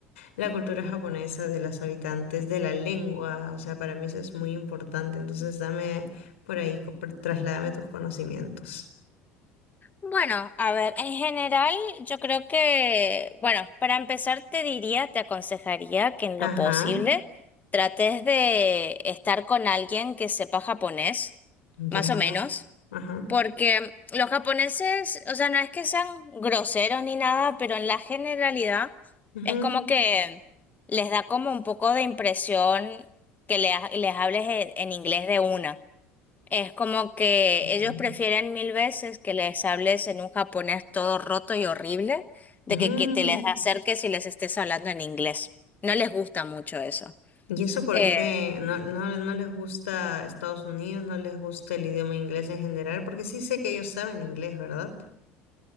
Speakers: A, on the left (about 80°); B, on the left (about 25°).
A: la cultura japonesa de las habitantes de la lengua. O sea, para mí eso es muy importante. Entonces, dame por ahí, co- por- trasládame tus conocimientos.
B: Bueno, a ver, en general yo creo que, bueno, para empezar te diría, te aconsejaría que en
A: Ajá,
B: lo posible trates de estar con alguien que sepa japonés,
A: ya,
B: más o menos,
A: ajá.
B: porque los japoneses, o sea, no es que sean groseros ni nada, pero en la generalidad
A: ujú.
B: es como que les da como un poco de impresión que les, les hables en en inglés de una. Es como que
A: Ya.
B: ellos prefieren mil veces que les hables en un japonés todo roto y horrible, de
A: Mm,
B: que, que te les acerques y les estés hablando en inglés. No les gusta mucho eso.
A: ¿Y eso por
B: Eh,
A: qué? ¿No, no, no les gusta Estados Unidos? ¿No les gusta el idioma inglés en general? Porque sí sé que ellos saben inglés, ¿verdad?